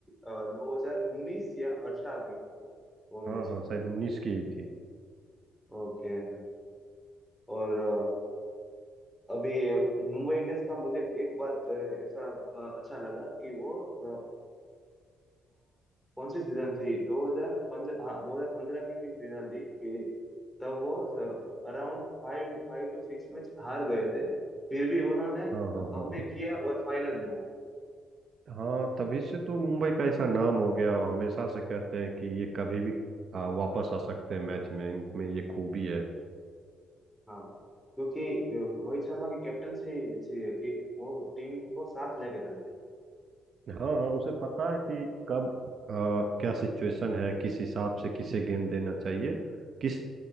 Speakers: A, in the centre; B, on the right.
A: दो हजार उन्नीस या अठारह की वो मैच
B: हाँ हाँ शायद उन्नीस की ही थी
A: ओके हाँ। और अ, अभी मुंबई इंडियंस का मुझे एक बात अ, ऐसा अ, अच्छा लगा कि वो अ, अ, कौन सी सीजन थी 2015 हाँ 2015 की भी सीजन थी कि तब वो around five five to six match हार गए थे फिर भी उन्होंने
B: हाँ हाँ
A: कमबैक
B: हाँ
A: किया और फाइनल में आए
B: हाँ तभी से तो मुंबई का ऐसा नाम हो गया और हमेशा से कहते हैं कि ये कभी भी आ, वापस आ सकते हैं मैच में इनमें ये खूबी है
A: हाँ क्योंकि अ, रोहित शर्मा की कैप्टनसी अच्छी है कि वो टीम को साथ लेके चलते हैं
B: हाँ हाँ उसे पता है कि कब आ, क्या सिचुएशन है किस हिसाब से किसे गेंद देना चाहिए किस